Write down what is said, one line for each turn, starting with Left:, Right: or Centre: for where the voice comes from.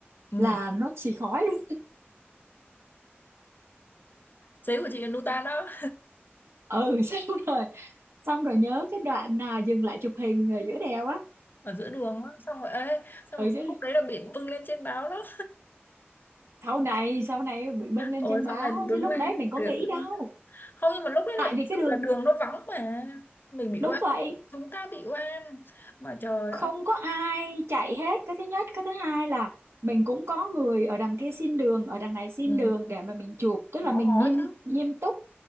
Left: ừ.
Right: là nó xì khói luôn
Left: giấy của chị là Nutan đó
Right: ừ <laughs> xong rồi xong rồi nhớ cái đoạn là dừng lại chụp hình ở giữa đèo á
Left: ở giữa đường á xong rồi ê xong
Right: ừ
Left: rồi
Right: chứ
Left: cái khúc đấy là bị bưng lên trên báo đó
Right: sau này sau này bị bưng lên
Left: ôi
Right: trên báo
Left: xong này bị bưng
Right: chứ lúc
Left: lên
Right: đấy mình có
Left: thiệt
Right: nghĩ
Left: luôn
Right: đâu
Left: á. không nhưng mà lúc đấy
Right: tại
Left: là thực
Right: vì
Left: sự
Right: cái đường
Left: là đường nó vắng mà mình bị
Right: đúng
Left: oan
Right: vậy
Left: chúng ta bị oan mà trời
Right: không
Left: ơi
Right: có ai chạy hết cái thứ nhất cái thứ hai là mình cũng có người ở đằng kia xin đường ở đằng này xin
Left: ừ.
Right: đường để mà mình chụp tức là
Left: ngó
Right: mình
Left: ngó
Right: nghiêm
Left: chứ
Right: nghiêm túc